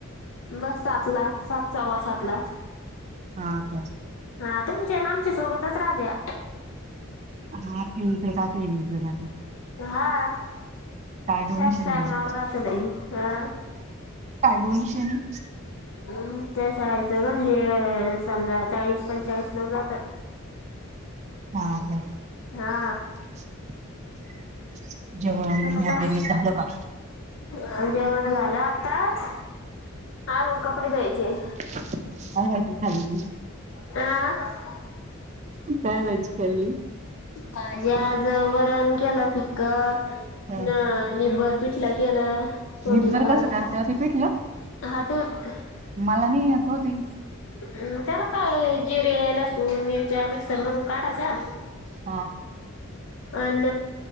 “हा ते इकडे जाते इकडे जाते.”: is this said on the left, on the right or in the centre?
Right